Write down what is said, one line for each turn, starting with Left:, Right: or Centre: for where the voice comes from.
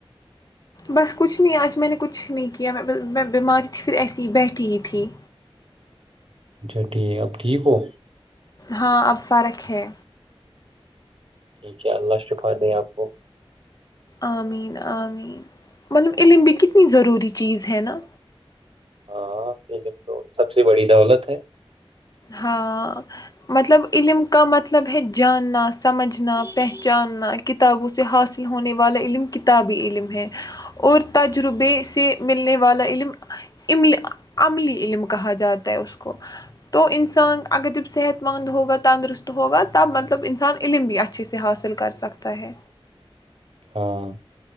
Left: بس کچھ نہیں آج میں نے کچھ نہیں کیا میں بیماری تھی پھر ایسی ہی بیٹھی ہی تھی
Right: اچھا ٹھیک اب ٹھیک ہو
Left: ہاں اب فرق ہے
Right: ٹھیک ہے اللہ شفا دیں آپ کو
Left: آمین آمین مطلب علم بھی کتنی ضروری چیز ہے نا
Right: ہاں پ تو سب سے بڑی دولت ہے
Left: ہاں مطلب علم کا مطلب ہے جاننا سمجھنا پہچاننا کتابوں سے حاصل ہونے والا علم کتابی علم ہے اورتجربے سے ملنے والا علممل عملی علم کہا جاتا ہے اس کو تو انسان اگر جب صحت مند ہوگا تندرست ہوگا تب مطلب انسان علم بھی اچھے سے حاصل کر سکتا ہے
Right: ہاں